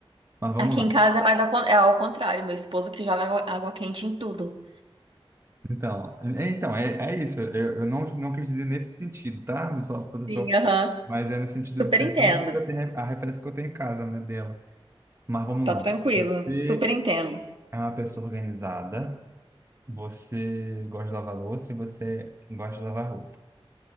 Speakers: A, on the right; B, on the right.
A: Mas vamos
B: Aqui
A: lá.
B: em casa é mais ao, con- é ao contrário, meu esposo que joga água, água quente em tudo.
A: Então, é, então, é, é isso. Eu, eu não, não quis dizer nesse sentido, tá? Só,
B: Sim,
A: só,
B: aham.
A: mas é no sentido
B: Super
A: pensando
B: entendo.
A: que eu tenho a referência que eu tenho em casa, né, dela. Mas vamos
B: Tá
A: lá.
B: tranquilo,
A: Você
B: super entendo.
A: é uma pessoa organizada, você gosta de lavar louça e você gosta de lavar roupa.